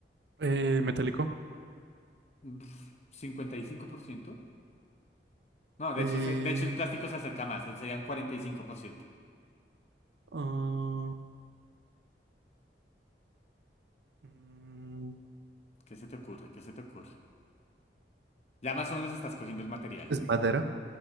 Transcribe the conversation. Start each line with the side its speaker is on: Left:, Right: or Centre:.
Right: Eh, metálico.
Left: Uf, ¿cincuenta y cinco por ciento No, de
Right: Y...
Left: hecho, se- de hecho el plástico se acerca más, eh, serían cuarenta y cinco por ciento
Right: ah, mm,
Left: ¿Qué se te ocurre? ¿Qué se te ocurre? Ya más o menos estás cogiendo el material.
Right: ¿es madera?